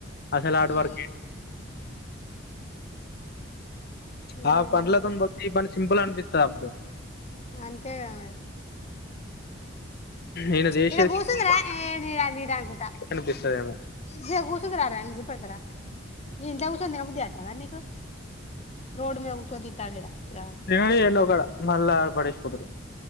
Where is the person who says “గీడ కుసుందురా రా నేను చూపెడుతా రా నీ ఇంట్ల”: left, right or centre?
Left